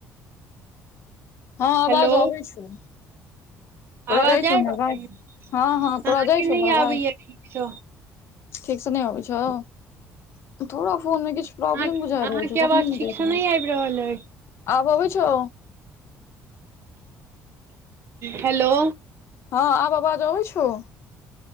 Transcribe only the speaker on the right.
हेलो
आवाज
जा
रहल
अइ
अहाँके
नहि
आबैया ठीकसँ
अहाँ अहाँके
आवाज
ठीकसँ
आबि रहल अइ
हेलो